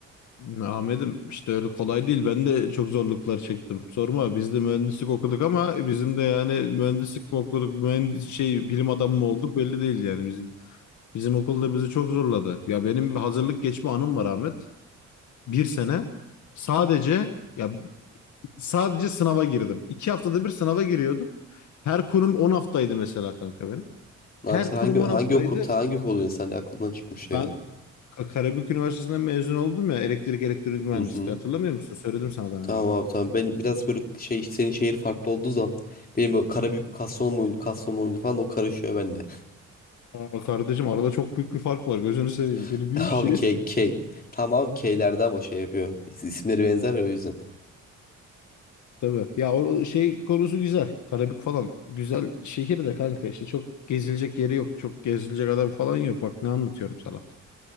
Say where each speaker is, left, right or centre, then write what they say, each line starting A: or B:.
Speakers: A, on the left (about 70°); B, on the left (about 30°).
A: Ee, Ahmet'im işte öyle kolay değil. Ben de çok zorluklar çektim. Sorma biz de mühendislik okuduk ama bizim de yani mühendislik mi okuduk, mühendis şey bilim adamı mı olduk belli değil yani. Bizim, bizim okulda bizi çok zorladı. Ya benim bir hazırlık geçme anım var Ahmet. Bir sene sadece ya sadece sınava girdim. İki haftada bir sınava giriyordum. Her kurum 10 haftaydı mesela kanka benim. Her
B: Abi sen
A: kurum
B: hangi
A: 10 haftaydı.
B: hangi okul ta hangi okul insan sen aklından çıkmış ya.
A: Ben Karabük Üniversitesi'nden mezun oldum ya elektrik elektronik mühendisliği
B: Hı hı.
A: hatırlamıyor musun? Söyledim sana daha
B: Tamam
A: önce.
B: abi tamam. Ben biraz böyle şey senin şehir farklı olduğu zaman benim böyle Karabük mü Kastamonu muydu Kastamonu muydu falan o karışıyor bende.
A: Aa, kardeşim arada çok büyük bir fark var. Gözünü seveyim.
B: <laughs>
A: Biri büyük
B: Abi
A: şehir.
B: K K tamam abi K'lerde ama şey yapıyor. İs- İsimleri benzer ya o yüzden.
A: Tabii. Ya o şey konusu güzel. Karabük falan. Güzel şehir de kanka işte çok gezilecek yeri yok. Çok gezilecek adam falan yok. Bak ne anlatıyorum sana.